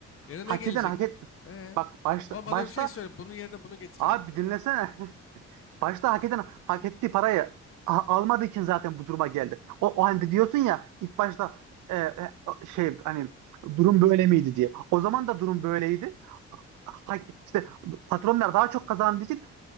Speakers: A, on the left; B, on the right.
A: Yerine
B: hak
A: ne gelecek?
B: eden hak et.
A: Ee?
B: Bak başta,
A: Ama bana
B: başta
A: bir şey söyle. Bunun yerine bunu getirelim
B: abi
A: de.
B: bir dinlesene Başta hak eden hak ettiği parayı a- almadığı için zaten bu duruma geldi. O, o hani diyorsun ya ilk başta e, e, şey hani durum böyle miydi diye. O zaman da durum böyleydi. Ha, işte patronlar daha çok kazandığı için